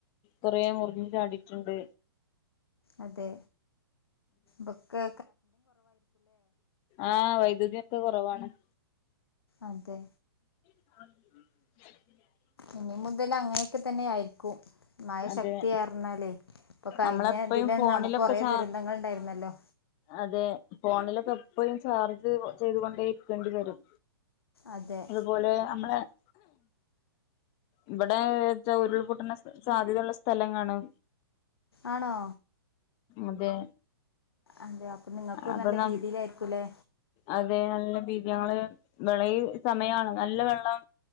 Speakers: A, on the left; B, on the left.
A: കൊറേ മുറിഞ്ഞ് ചാടിട്ട്ണ്ട്
B: അതെ ബക്കൊ
A: ആ വൈദ്യുതി ഒക്കെ കുറവാണ് ആ
B: അതെ
A: അ
B: ഇനി മുതല് അങ്ങനെ ക്കെ തന്നെയായ്രിക്കു മയ
A: അതെ
B: ശക്തിയാർന്നാലേ ഇപ്പൊ കഴിഞ്ഞ
A: നമ്മളെപ്പഴും
B: ഇതിലെന്നെ
A: ഫോണിലൊക്കെ
B: നമുക്ക് കൊറേ
A: ചാർ
B: ദുരന്തങ്ങൾ ണ്ടായിര്ന്നല്ലോ
A: അതെ ഫോണിലൊക്കെ എപ്പെഴും ചാർജ് ചെയ്ത് കൊണ്ടേ ഇരിക്കെണ്ടി വെരും
B: അതെ
A: അതുപോലെ അമ്മളെ <inaudible> ഇവിടേച്ചാ ഉരുൾപൊട്ടണ സാധ്യതയള്ള സ്ഥലങ്ങാണ്
B: ആണോ
A: അതെ
B: അതെ അപ്പൊ നിങ്ങൾക്കും
A: അപ്പൊ
B: നല്ല
A: ന
B: ഭീതിയിലായിരിക്കുംല്ലേ
A: അതെ നല്ല ഭീത്യങ്ങള് പ്രളയ് ഈ സമയാണ് നല്ല വെള്ളം